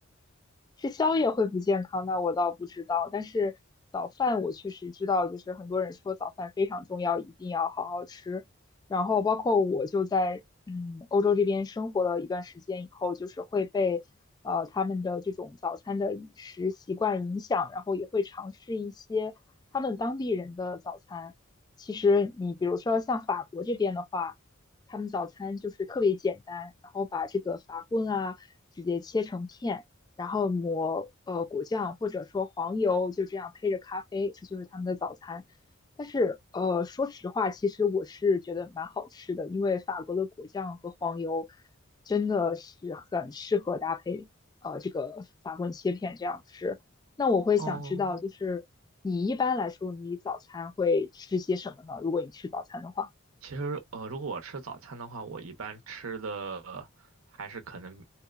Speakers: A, on the left; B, on the right.
A: 吃宵夜会不健康，那我倒不知道。但是早饭我确实知道，就是很多人说早饭非常重要，一定要好好吃。然后包括我就在嗯欧洲这边生活了一段时间以后，就是会被呃他们的这种早餐的饮食习惯影响，然后也会尝试一些他们当地人的早餐。其实你比如说像法国这边的话，他们早餐就是特别简单，然后把这个法棍啊直接切成片。然后抹呃果酱或者说黄油，就这样配着咖啡，这就是他们的早餐。但是呃，说实话，其实我是觉得蛮好吃的，因为法国的果酱和黄油真的是很适合搭配呃这个法棍切片这样吃。那我会想知道，
B: 哦，
A: 就是你一般来说，你早餐会吃些什么呢？如果你吃早餐的话，
B: 其实，呃，如果我吃早餐的话，我一般吃的还是可能，